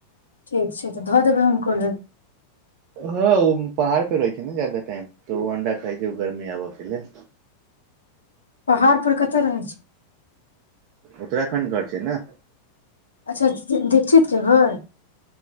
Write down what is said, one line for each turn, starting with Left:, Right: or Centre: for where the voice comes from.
Left: ठीक छै तऽ धऽ देब हुनको लय
Right: हँ ओ पहाड़ पे रहै छै ने जाादा टाइम तऽ ओ अंडा खाइ छै गर्मी आबय के लेल
Left: पहाड़ पर कतय रहै छै
Right: उत्तराखण्ड घर छै ने
Left: अच्छा दीक्षित जे घर